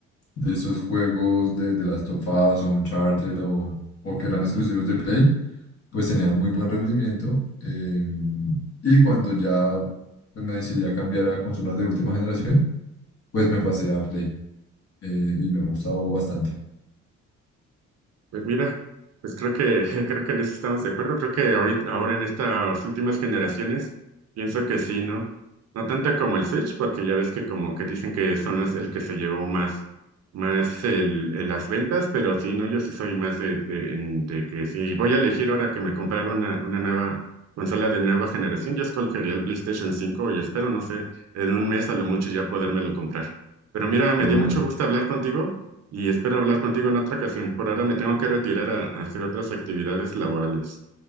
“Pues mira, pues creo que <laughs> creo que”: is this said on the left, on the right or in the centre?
Right